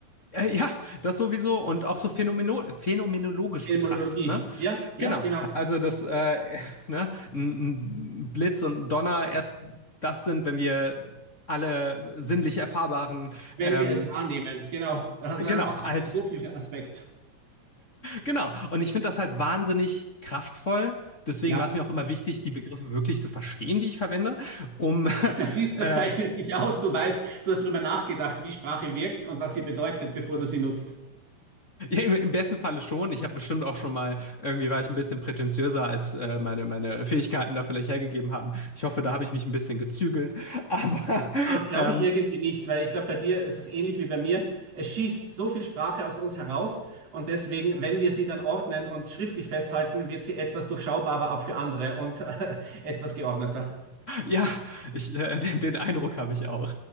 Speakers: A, on the left; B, on the right.
A: Äh, ja, das sowieso und auch so phänomeno phänomenologisch
B: Etymologie,
A: betrachtet, ne?
B: ja, ja,
A: Genau.
B: genau.
A: Also, das äh, ne, ein, ein Blitz und ein Donner erst das sind, wenn wir alle sinnlich erfahrbaren,
B: wenn
A: ähm,
B: wir es wahrnehmen. Genau, Äh,
A: genau,
B: da- auch
A: als
B: der philosophische Aspekt.
A: Genau. Und ich finde das halt wahnsinnig kraftvoll. Deswegen
B: Ja,
A: war es mir auch immer wichtig, die Begriffe wirklich zu verstehen, die ich verwende, um
B: <laughs> das
A: <laughs>
B: ist,
A: äh,
B: das zeichnet dich aus. Du weißt, du hast darüber nachgedacht, wie Sprache wirkt und was sie bedeutet, bevor du sie nutzt.
A: ja, im, im besten Falle schon. Ich habe bestimmt auch schon mal, irgendwie war ich ein bisschen prätentiöser, als äh, meine, meine Fähigkeiten da vielleicht hergegeben haben. Ich hoffe, da habe ich mich ein bisschen gezügelt. Aber
B: Ah,
A: <laughs>
B: das glaube
A: ähm,
B: ich irgendwie nicht, weil ich glaube, bei dir ist es ähnlich wie bei mir. Es schießt so viel Sprache aus uns heraus und deswegen, wenn wir sie dann ordnen und schriftlich festhalten, wird sie etwas durchschaubarer auch für andere und <laughs> äh, etwas geordneter.
A: ja, ich, äh, den, den Eindruck habe ich auch.